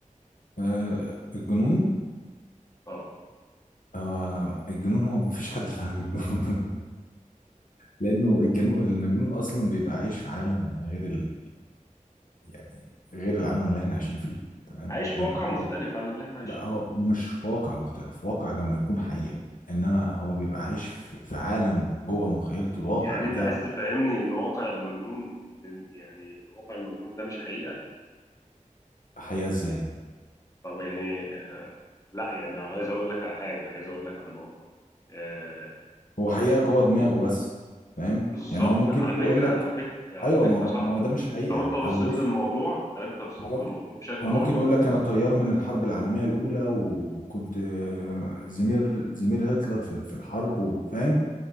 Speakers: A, on the left; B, on the left.
A: آه الجنون
B: اه
A: آه الجنون هو مفيش حد فاهم الجنون <laughs> لانه الجنو... المجنون اصلا بيبقى عايش في عالم غير ال... يعني غير العالم اللي احنا عايشين فيه تمام
B: عايش في
A: بيبقى
B: واقع
A: عنده
B: مختلف عن اللي احنا عايشين
A: لا هو
B: فيه
A: مش في واقع مختلف واقع لما يكون حقيقة انما هو بيبقى عايش في في عالم جوه مخيلته الواقع
B: يعني
A: بتاعه
B: انت عايز تفهمني ان واقع المجنون يعني واقع المجنون ده مش حقيقه
A: حقيقة ازاي
B: طب يعني آه، لا يعني عايز اقول لك على حاجه عايز اقول لك على نقطه آه،
A: هو حقيقة جوه دماغه بس فاهم
B: بالظبط
A: يعني هو ممكن
B: على
A: يجي
B: فكره
A: يقول لك
B: على فكره على
A: ايوه
B: فكره
A: ما هو
B: يا صاحبي
A: ما هو ده مش حقيقة
B: لو انت بصيت
A: هو بص
B: للموضوع لو انت بصيت
A: هو
B: للموضوع
A: ممكن
B: بشكل
A: هو
B: اعمق
A: ممكن يقول لك انا طيار من الحرب العالمية الاولى و- وكنت زميل زميل هتلر في في الحرب وفاهم